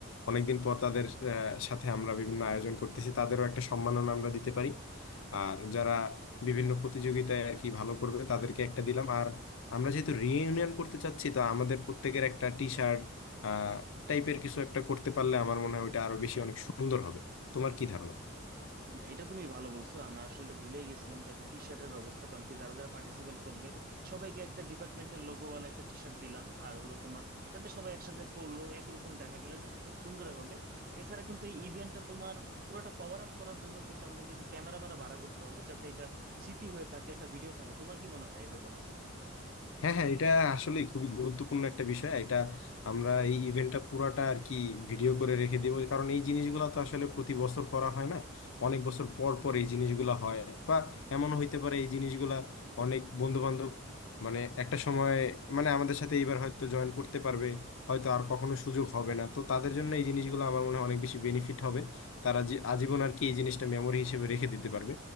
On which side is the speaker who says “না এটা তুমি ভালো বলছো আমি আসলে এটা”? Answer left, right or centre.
Right